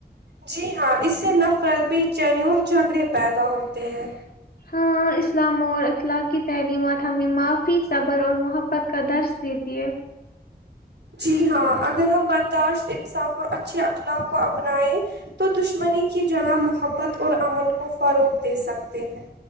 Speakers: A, on the right; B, on the left.
A: جی ہاں اس سے نفرت بے چینی اور جھگڑے پیدا ہوتے ہیں
B: ہاں اسلام اور اخلاق کی تعلیمات ہمیں معافی صبر اور محبت کا درس دیتی ہے
A: جی ہاں اگر ہم برداشت انصاف اور اچھے اخلاق کو اپنائیں تو دشمنی کی جگہ محبت اور امن کو فروق دے سکتے ہیں